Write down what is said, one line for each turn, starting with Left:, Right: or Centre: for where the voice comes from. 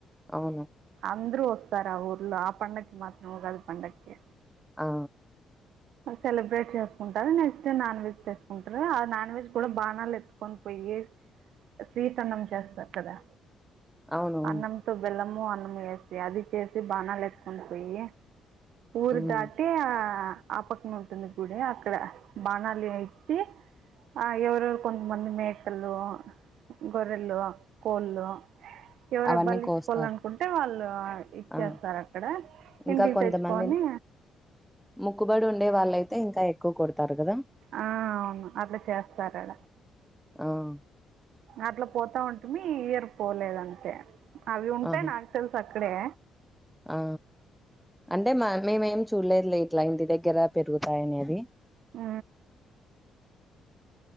Centre: అవును
Right: అందరూ వస్తారు ఆ ఊర్లో ఆ పండకి మాత్రం ఉగాది పండక్కి
Centre: ఆ
Right: సెలబ్రేట్ చేసుకుంటారు నెక్స్ట్ నాన్ వెజ్ తీసుకుంటారు ఆ నాన్ వెజ్ కూడా బానాలు ఎత్తుకొని పోయి స్వీట్ అన్నం చేస్తారు కదా
Centre: అవునవును
Right: అన్నంతో బెల్లం మో అన్నం వేసి అది చేసి బానాలేతుకొని పోయి ఊరు
Centre: ఉమ్
Right: దాటి ఆ ఆపక్కన ఉంటుంది గుడి అక్కడ బాణాలి ఏచి ఆ ఎవరవరు కొంత మంది మేకలు గొరెలు కోళ్ళు అవు ఎవరు
Centre: అవన్నీ
Right: బలి
Centre: కోస్తారు
Right: ఇచ్చుకోవాలనుకుంటే వాళ్ళు ఇచ్చేస్తారు
Centre: ఆ
Right: అక్కడ
Centre: ఇంకా
Right: ఇంటికి
Centre: కొంతమంది
Right: తెచ్చుకోని
Centre: ముక్కుబడి ఉండే వాళ్ళయితే ఇంకా ఎక్కువ కొడతారు కదా
Right: ఆ అవును అట్లా చేస్తారడ
Centre: ఆవు
Right: అట్లా పోతా ఉంటమి ఇయర్ పోలేదంతే అవి ఉంటే
Centre: ఆహా
Right: నాకు తెలుసా అ క్కడే
Centre: ఆ అంటే మా మేమేం చూడలేదు లే క్లయింట్ దగ్గర పెరుగుతాయినేది
Right: అ